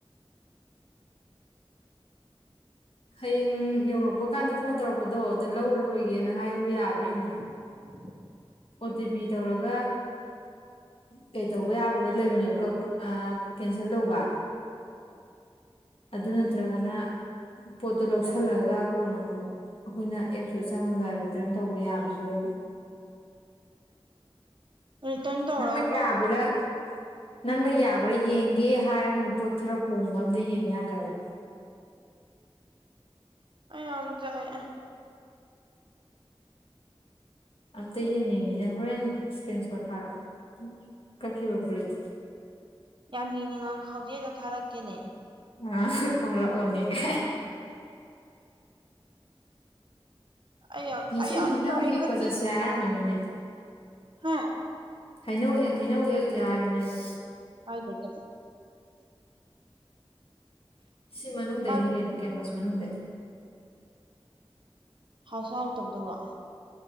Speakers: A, on the left; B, on the right.
A: ꯍꯌꯦꯡ ꯌꯧꯔꯛꯄ ꯀꯥꯟꯗ ꯐꯣꯟ ꯇꯧꯔꯛꯄꯗꯣ ꯑꯗꯨ ꯂꯧꯔꯔꯣꯏꯒꯦꯅ ꯍꯥꯏꯌꯣ ꯌꯥꯕ꯭ꯔꯥ ꯌꯦꯡꯉꯣ꯫
B: <inaudible>
A: ꯑꯣ ꯇꯤ ꯄꯤ ꯇꯧꯔꯒ ꯀꯩ ꯇꯧꯕ ꯌꯥꯕ ꯂꯩꯕꯅꯦꯕ ꯀꯛ ꯑ ꯀꯦꯟꯁꯦꯜ ꯇꯧꯕ꯫ ꯑꯗꯨ ꯅꯠꯇ꯭ꯔꯒꯅ ꯄꯣꯠꯇꯨ ꯂꯧꯁꯜꯂꯒ ꯀꯣꯟꯅ ꯑꯃꯨꯛ ꯑꯩꯈꯣꯏꯅ ꯑꯦꯞꯁꯇꯨꯗ ꯆꯪꯉꯒ ꯔꯤꯇ꯭ꯔꯟ ꯇꯧꯕ ꯌꯥꯕꯖꯨ ꯂꯩꯕꯅꯤ꯫
B: ꯔꯤꯇꯔꯟ ꯇꯧꯔ
A: ꯅꯪꯅ
B: ꯀꯩꯗꯧꯒꯅꯤ
A: ꯌꯥꯕ꯭ꯔꯥ ꯅꯪꯅ ꯌꯥꯕ꯭ꯔꯥ ꯌꯦꯡꯒꯦ ꯍꯥꯏꯔꯒꯅ ꯄꯣꯠ ꯈꯔ ꯍꯣꯡꯕ ꯑꯝꯗ ꯌꯦꯡꯉꯨ ꯌꯥꯗ꯭ꯔꯕ꯫
B: ꯑꯩ ꯌꯥꯝ ꯆꯥꯛꯑꯦ꯫
A: ꯑꯝꯇ ꯌꯦꯡꯅꯤꯡꯉꯤꯅꯦ ꯍꯣꯔꯦꯟ ꯏꯁꯀ꯭ꯔꯤꯟ ꯁꯣꯠ ꯊꯥꯔꯛꯑꯣ ꯀꯛꯈꯤꯕ ꯐꯨꯔꯤꯠ
B: ꯌꯥꯝ ꯌꯦꯅꯤꯡꯉ ꯍꯧꯖꯤꯛ ꯍꯦꯛꯇ ꯊꯥꯔꯛꯀꯦꯅꯦ
A: ꯑ ꯊꯥꯔꯛꯑꯣꯅꯦ ꯒ
B: ꯑꯩ ꯌꯥꯝ
A: ꯉꯁꯤ
B: ꯑꯩ ꯌꯥꯝ
A: ꯍꯩꯅꯧ
B: ꯆꯥꯛꯑꯦ
A: ꯍꯦꯛꯄ
B: ꯈꯖꯤꯛ
A: ꯆꯠꯁꯦ ꯍꯥꯏꯔꯝꯕꯅꯤꯅꯦ
B: ꯍꯥ꯫
A: ꯍꯩꯅꯧ ꯍꯦꯛ ꯍꯩꯅꯧ ꯍꯦꯛꯑꯨꯖꯦ ꯍꯥꯏꯕꯅꯦꯕ꯫
B: ꯀꯥꯏꯗꯦꯗ
A: ꯁꯤ ꯃꯅꯨꯡꯗꯩꯅꯤ
B: ꯑꯁ
A: ꯀꯩꯅꯣ ꯀꯦꯝꯄꯁ ꯃꯅꯨꯡꯗꯩ꯫
B: ꯍꯥꯎꯁꯨ ꯍꯥꯎꯇꯕꯗꯨꯕꯣ